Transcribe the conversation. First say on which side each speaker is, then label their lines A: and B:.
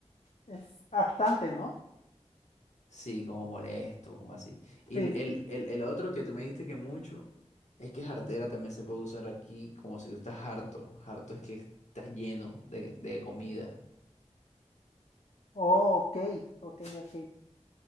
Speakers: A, on the left; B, on the left.
A: es bastante, ¿no?
B: Sí, como molesto, como así. Y
A: Sí.
B: el, el, el- el otro que tú me dijiste que mucho es que es jartera también se puede usar aquí como si tú estás harto. Harto es que estás lleno de, de comida.
A: Oh, ok, ok, ok.